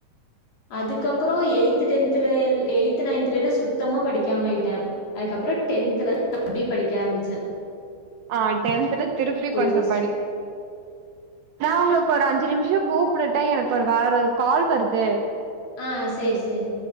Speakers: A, on the left (about 55°); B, on the right (about 75°).
A: அதுக்கப்பறோ எய்த்து டென்துல எல் எய்த்து நைன்த்துலல்லா சுத்தமா படிக்காம ஆயிட்டே அதுக்கப்பறோ டென்த்துல தா மருப்டியு படிக்க ஆரம்பிச்சே
B: ஆ டென்த்ல திருப்பி கொஞ்சோ
A: ஃபர்ஸ்ட்
B: படிக் நா உங்களுக்கு ஒரு அஞ்சு நிமிஷோ கூப்டட்டா எனக்கு ஒரு வேற ஒரு கால் வருது
A: ஆ சேரி சேரி